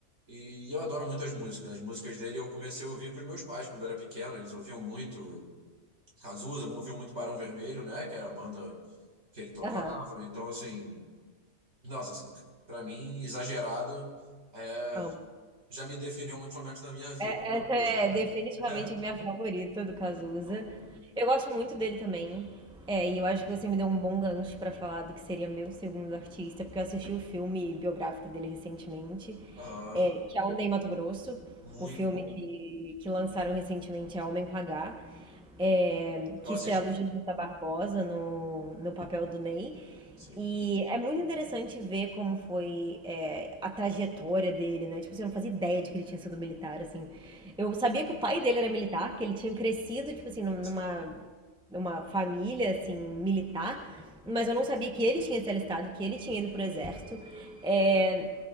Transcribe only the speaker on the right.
E eu adoro muito as músicas. As músicas dele eu comecei a ouvir com os meus pais quando era pequeno, eles ouviam muito Cazuza movia muito Barão Vermelho, né? Que era a banda que ele tocava.
Então, assim, nossa, assim, pra mim, exagerado, é,
já me definiu muitos momentos da minha <laughs> vida,
essa
música.
<laughs>
Então,
aham,
muito
bom.
Eu
assisti
também.
Sim,
sim.